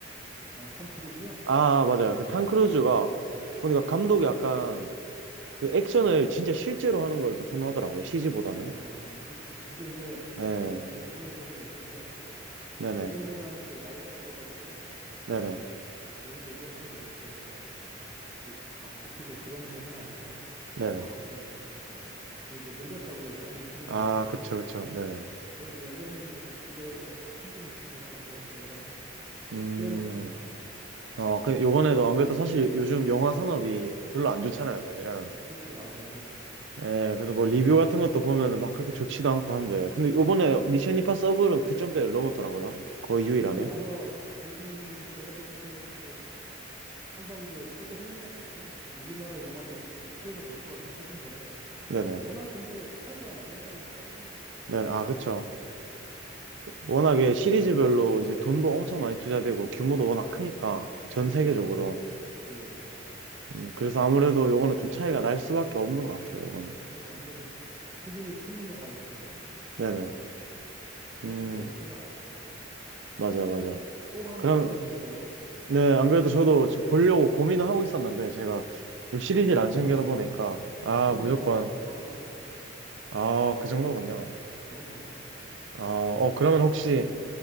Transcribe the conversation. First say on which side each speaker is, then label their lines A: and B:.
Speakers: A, on the right (about 20°); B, on the right (about 70°).
A: 아, 탐 크루즈요?
B: 아, 맞아요. 그 탐 크루즈가
A: 네.
B: 보니까 감독이 약간 그 액션을 진짜 실제로 하는 걸 좀 선호하더라고요, CG보다는.
A: 아, 그렇죠. 근데 이제
B: 네,
A: 저 제가 이번에 보고 느낀 게
B: 네네.
A: 예전보다는 이제 나이가 들어가지고
B: 네네.
A: 이제 몸이 예전처럼 이렇게 뭐 딱 그 각 잡히고 그런 몸은 아니고
B: 네네.
A: 약간 뭐 좀 조금 이제 늙었다고 그래야 되나? 60이 넘었으니까
B: 아, 그쵸, 그쵸. 네네.
A: 그래도 여전히 뭐 기대에 충분히 부응하는 그런 배우라서
B: 음.
A: 후회는 없습니다.
B: 어, 그, 요번에도 안 그래도 사실 요즘 영화 산업이 별로 안 좋잖아요,
A: 예.
B: 사실은.
A: 그렇죠. 아주 안 좋죠. 예.
B: 예, 그래서 뭐 리뷰 같은 것도 보면은 막 그렇게 좋지도 않고 한데. 근데 요번에 미션 임파서블은 9점대를 넘었더라고요. 거의 유일하게.
A: 그게 아마 지금 제가 볼 때는 이제 상반기에 최고 흥행작 같아요. 그 우리나라 영화들이 좀 피해를 볼 것 같긴 하던데
B: 네네.
A: 워낙 근데 차이가 많이 나는 영화라서
B: 네,
A: 예.
B: 아, 그쵸. 워낙에 시리즈별로 이제 돈도 엄청
A: 예.
B: 많이 투자되고 규모도 워낙 크니까 전
A: 그렇죠.
B: 세계적으로.
A: 예, 예, 예.
B: 음,
A: 맞습니다.
B: 그래서 아무래도 요거는 좀 차이가 날 수밖에 없는 것 같아요, 요거는.
A: 그건 완전히 수준이 틀린 영화이기 때문에
B: 네네.
A: 손,
B: 음,
A: 저 차이가 많이 날 거예요.
B: 맞아요, 맞아요.
A: 꼭 한번
B: 그럼,
A: 가서 보세요.
B: 네, 안 그래도 저도 지금 보려고 고민을 하고 있었는데, 제가 이 시리즈를
A: 고민하지
B: 안 챙겨다
A: 마시고,
B: 보니까, 아,
A: 고민하지
B: 무조건,
A: 마시고 바로 가서 보세요.
B: 아, 그 정도군요.
A: 너무 멋집니다.
B: 아, 어, 그러면 혹시